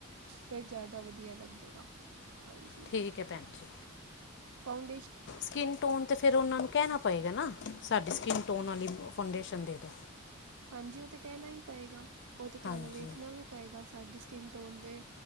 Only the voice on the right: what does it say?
ਫਿਰ ਜ਼ਿਆਦਾ ਵਧੀਆ ਲੱਗੇਗਾ। ਹਾਂਜੀ।
ਫਾਉਂਡੇ
ਹਾਂਜੀ, ਉਹ ਤੇ ਕਹਿਣਾ ਹੀ ਪਏਗਾ। ਉਹ ਤਾਂ ਤੁਹਾਨੂੰ
ਵੇਖਣਾ ਵੀ ਪਏਗਾ, ਸਾਡੀ ਸਕਿ੍ਨ ਟੋਨ ਦੇ